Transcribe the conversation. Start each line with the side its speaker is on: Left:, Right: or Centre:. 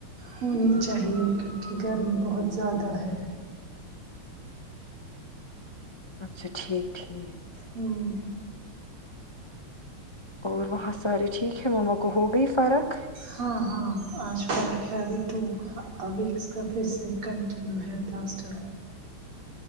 Right: ہونی چاہیے کیوکہ گرمی بہت زیادہ ہے
Left: اچھا ٹھیک ہی ہیں
Right: ہوں
Left: اور وہاں سارے ٹھیک ہیں ماما کو ہو گئی فرق
Right: ہاں ہاں آج فرق ہے ابھی ٹو ہاں اس کا پھر سے کنٹینیو ہے پلاسٹر